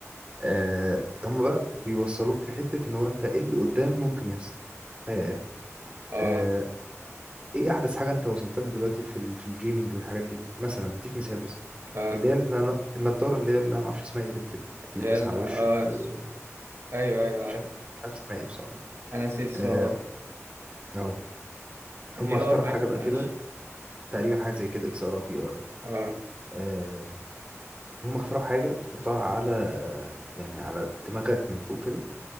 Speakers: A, on the right (about 25°); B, on the right (about 60°).
A: آه، هم بقى بيوصلوك لحتة ان هو انت ايه اللي قدام ممكن يحصل ف
B: اه
A: آه، ايه احدث حاجة انت وصلت لها دلوقتي في ال- في الجيمنج والحاجات دي مثلا بديك مثال بس
B: اه
A: اللي هي ال- النضاره اللي هي اللي انا ما اعرفش اسمها ايه اللي بت- بيلبسها
B: اللي هي ال-
A: على
B: اه
A: وشه كده و-
B: ايوه ايوه عارف
A: مش عارف مش عارف اسمها ايه بصراحه
B: انا نسيت اسمها
A: اه
B: برضه
A: اهو هم
B: في
A: اخترعوا
B: ار باين
A: حاجه بقى
B: ماشي
A: كده تقريبا حاجه زي كده اكس ار او في ار
B: اه
A: آه، هم اخترعوا حاجه بتحطها على آه، يعني على دماغك من فوق كده